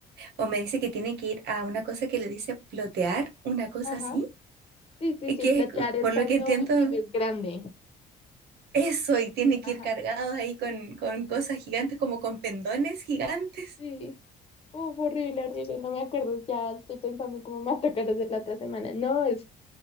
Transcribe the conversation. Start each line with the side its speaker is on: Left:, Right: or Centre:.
Right: o me dice que tiene que ir a una cosa que le dice plotear, una cosa
Left: Ajá.
Right: así.
Left: Sí, sí,
Right: Y
Left: sí,
Right: que
Left: platear
Right: es,
Left: es
Right: por
Left: cuando
Right: lo que entiendo,
Left: imprimes grande.
Right: eso, y tiene que
Left: Ajá.
Right: ir cargados ahí con, con cosas gigantes, como con pendones gigantes.
Left: Sí. Uf, horrible, horrible. No me acuerdo. Ya estoy pensando cómo me va a tocar hacer la otra semana. No, es